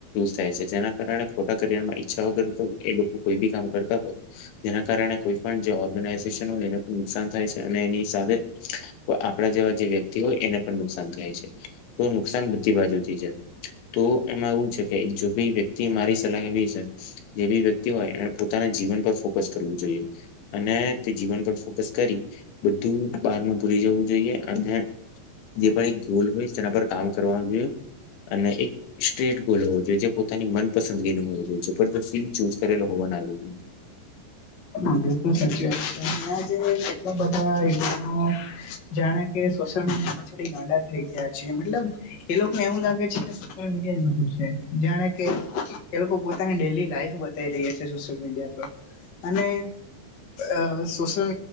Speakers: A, on the left; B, on the left.
A: થાય છે જેના કારણે ખોટા કરિયરમાં ઈચ્છા વગર તો એ લોકો કોઈ બી કામ કરતા હોય જેના કારણે કોઈ પણ ઓર્ગનાઈઝેશન હોય એને નુકસાન થાય છે અને એની સાથે આપણા જેવા જે વ્યક્તિ હોય એને પણ નુકસાન થાય છે તો નુકસાન બધી બાજુથી છે. તો એમાં એવું છે કે જો ભી વ્યક્તિ મારી સલાહ એ છે. જે બી વ્યક્તિ હોય એને પોતાના જીવન પર ફોકસ કરવું જોઈએ. અને તે જીવન પર ફોકસ કરી બધું બાર ભૂલી જવું જોઈએ અને જે પણ એક ગોલ હોય તેના પર કામ કરવાનું જો અને એક સ્ટ્રેટ ગોલ હોવો જોઈએ જે પોતાની મનપસંદગી નું હોવ જોએ જબરસ્તી ચૂઝ કરેલો હોવા ના જોઈએ.
B: હા બિલકુલ સાચી વાત ને જે એટલા બધા યુવાનો જાણે કે સોશિયલ મીડિયામાં ગાડા થઈ ગયા છે મતલબ એ લોકોને એવું લાગે છે કે સોશયલ મીડિયા જ બધુ છે જાણે કે એ લોકો પોતાની ડેઇલી લાઈફ વા થઈ રહીયા છે સોશિયલ મીડિયા પર. અને અ સોશિયલ